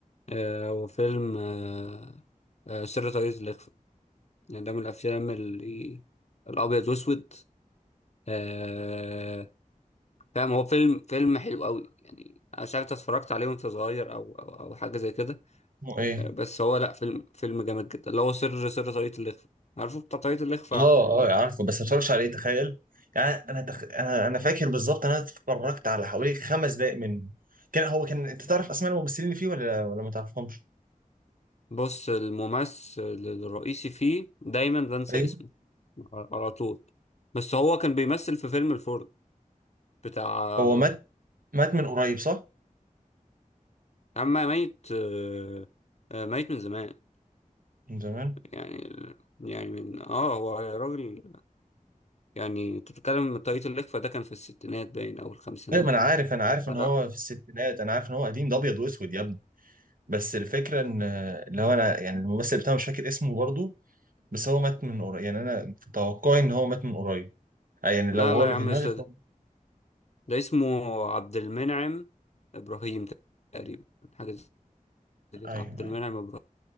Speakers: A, on the left; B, on the right.
A: آه، هو فيلم آه، آه، سر طريقة الإخفاء يعني ده من الافلام اللي الابيض واسود آه، فاهم هو فيلم فيلم حلو قوي يعني انا مش عارف انت اتفرجت عليه وانت صغير او او, أو حاجه زي كده
B: اسمه ايه
A: بس هو لا فيلم فيلم جامد جدا اللي هو سر سر طاقية الإخفاء عارفه بتاع طاقية الإخفاء
B: اه اه عارفه بس ما اتفرجش عليه تخيل يعني انا تخ... انا انا فاكر بالظبط انا اتفرجت على حوالي خمس دقائق منه كان هو كان انت تعرف اسماء الممثلين اللي فيه ولا ولا ما تعرفهمش
A: بص الممثل الرئيسي فيه دايما بنسى
B: ايوه
A: اسمه على طول بس هو كان بيمثل في فيلم الفرد بتاع
B: هو مات مات من قريب صح
A: يا عم ميت آه، آه، ميت من زمان
B: من زمان
A: يعني يعني من اه هو راجل يعني انت بتتكلم طاقية الإخفاء ده كان في الستينات باين او الخمسينات
B: ايوه ما انا عارف انا عارف
A: لا
B: ان هو في الستينات انا عارف ان هو قديم ده ابيض واسود يا ابني بس الفكره ان اللي هو انا يعني الممثل بتاعه مش فاكر اسمه برضه بس هو مات من قريب يعني انا في توقعي ان هو مات من قريب يعني لو
A: لا
B: هو
A: لا
B: اللي
A: يا
B: في
A: عم
B: دماغي
A: استاذ
B: ف...
A: ده اسمه عبد المنعم ابراهيم تقريبا حاجه زي كده
B: ايوه
A: عبد المنعم
B: ايوه
A: ابراهيم